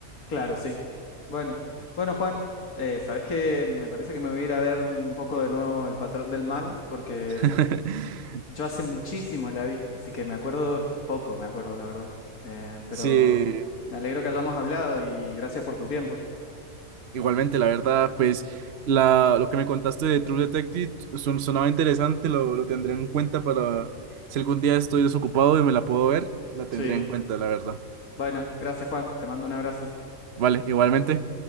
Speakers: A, on the left (about 80°); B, on the right (about 50°).
A: Claro, sí. Bueno, bueno, Juan, eh, ¿sabés qué? Me parece que me voy a ir a ver un poco de nuevo El Patrón del Mal porque
B: <laughs>
A: Yo hace muchísimo la vi, así que me acuerdo poco, me acuerdo la verdad. Eh, pero
B: Sí,
A: me alegro que hayamos hablado y gracias por tu tiempo.
B: igualmente, la verdad, pues la, lo que me contaste de True Detective son, sonaba interesante, lo, lo tendré en cuenta para si algún día estoy desocupado y me la puedo ver, la tendré
A: Sí,
B: en cuenta, la verdad.
A: bueno, gracias Juan, te mando un abrazo.
B: Vale, igualmente.